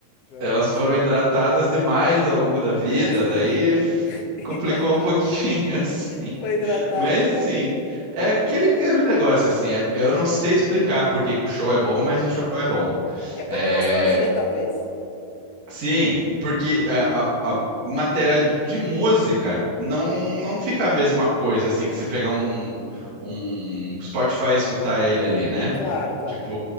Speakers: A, on the left; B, on the right.
A: Provavelmente.
B: elas foram hidratadas demais ao longo da vida,
A: Ah,
B: daí
A: <laughs>
B: f- complicou
A: hidratada.
B: um pouquinho, <laughs> assim.
A: Foi hidratada,
B: Mas sim,
A: né?
B: é aquele, aquele negócio assim. é- eu não sei explicar por que que o show é bom, mas o show é bom.
A: É pela
B: É,
A: nostalgia, talvez.
B: sim, e porque é, a, a- em matéria de, de música não,
A: Aham.
B: não fica a mesma coisa assim que você pegar um,
A: Uhum.
B: um Spotify e escutar ele ali, né?
A: Claro, claro.
B: Tipo,